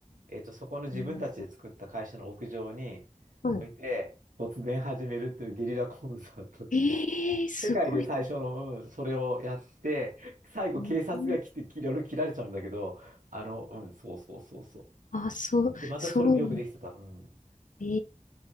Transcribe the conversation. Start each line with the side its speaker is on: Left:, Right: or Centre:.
Right: えっと、そこの自分たちで作った会社の屋上に
Left: うんあー
Right: 置いて、突然始めるっていうゲリラコンサート。
Left: ええすごい。
Right: 世界で最初の、うん、それをやって、最後警察が来て、
Left: うん
Right: いろいろ切られちゃうんだけど、あの、うん、そうそうそうそう。
Left: あ、そう、
Right: で、またそれもよくできてた。
Left: そう。
Right: うん、
Left: え